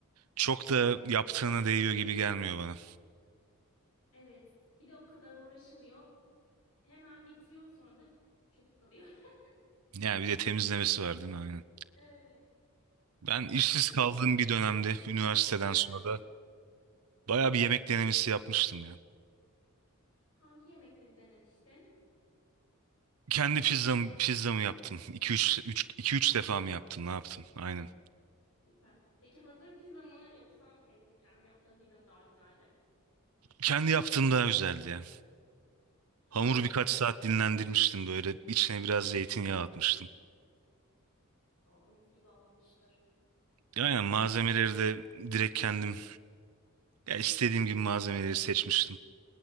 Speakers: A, on the right; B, on the left.
A: Çok da yaptığına değiyor gibi gelmiyor bana.
B: Evet. Bir de o kadar uğraşılıyor. Hemen bitiyor sonra da çöp kalıyor. <laughs>
A: Ya bir de temizlemesi var değil mi? Aynen.
B: Evet.
A: Ben işsiz
B: Ama tabii
A: kaldığım
B: yemek...
A: bir dönemde üniversiteden
B: Hı hı.
A: sonra bayağı bir yemek denemesi yapmıştım ya.
B: Hangi yemekleri denemiştin?
A: Kendi pizzam pizzamı yaptım. 2 üç üç iki üç defa mı yaptım? Ne yaptım? Aynen.
B: Süper. Peki hazır pizza mı yoksa ne bileyim kendi yaptığın pizza mı daha güzeldi?
A: Kendi yaptığım daha güzeldi ya.
B: Kesinlikle
A: Hamuru birkaç
B: her
A: saat
B: zaman
A: dinlendirmiştim böyle. İçine biraz zeytinyağı atmıştım.
B: o mis gibi olmuştur.
A: Aynen malzemeleri de direkt kendim ya istediğim gibi malzemeleri seçmiştim.